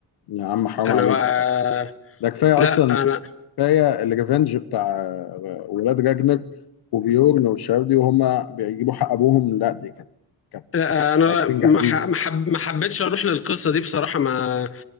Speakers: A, on the left; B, on the left.
A: يا عم حرام
B: انا
A: عليك
B: بقى...
A: بقى. ده كفايه
B: لا
A: اصلا
B: انا
A: كفايه الريفنج بتاع آه، ولاد راجنر وبيورن والشباب دي وهم بيجيبوا حق ابوهم لا دي كانت كانت
B: لا انا
A: لا تنجح
B: ما
A: دي
B: ح- ما حب... ما حبيتش اروح للقصه دي بصراحه ما